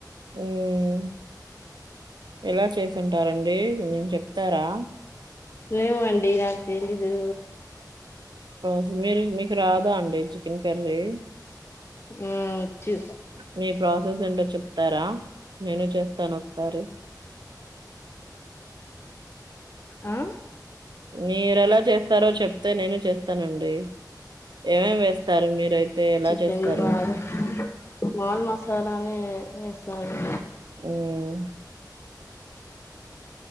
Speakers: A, on the right; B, on the left.
A: మ్మ్ ఎలా చేసుంటారండి కొంచెం చెప్తారా
B: ఏమో అండి నాకు తెలీదూ
A: రోజ్ మిల్ మీకు రాదా అండి చికెన్ కర్రీ
B: మ్మ్ చు
A: మీ ప్రాసెస్ ఏంటో చెప్తారా మెను చెప్ త్తనొ ఒకసారి
B: ఆ
A: మీరెలా చేస్తారో చెప్ తే నేను చేస్తానండి ఏమేమి వేస్తారు మీరైతే? ఎలా
B: చికెన్
A: చేస్తారు?
B: బాగా మాల్ మసాలా అని ఎస్తాంమండి
A: హ్మ్